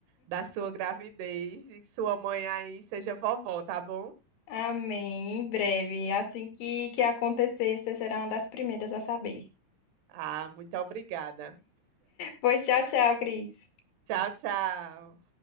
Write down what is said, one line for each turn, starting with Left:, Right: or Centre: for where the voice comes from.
Right: da sua gravidez e que sua mãe aí seja vovó, tá bom?
Left: Amém. Em breve, assim que, que acontecer, você será uma das primeiras a saber.
Right: Ah, muito obrigada.
Left: Pois tchau, tchau, Cris.
Right: Tchau, tchau.